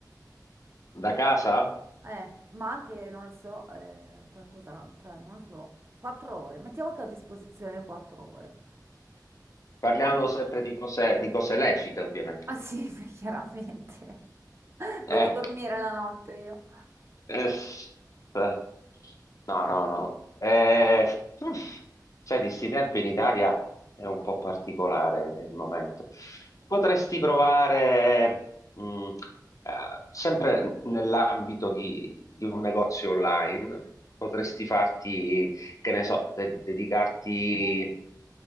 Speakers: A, on the left (about 50°); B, on the right (about 35°).
A: da casa,
B: Eh, ma anche, non lo so, eh, qualcosa, cioè non lo so, quattro ore, mettiamo che ho a disposizione quattro ore.
A: parliamo
B: Al-
A: sempre di cose, di cose lecite, ovviamente.
B: ah sì, <laughs> chiaramente, <laughs>
A: Eh,
B: voglio dormire la notte io.
A: Eh, eh, no, no, no. Eh, uff, cioè, di sti tempi in Italia è un po' particolare il momento. Potresti provare, mh, eh, sempre nell'ambito di, di un negozio online, potresti farti, che ne so, ded- dedicarti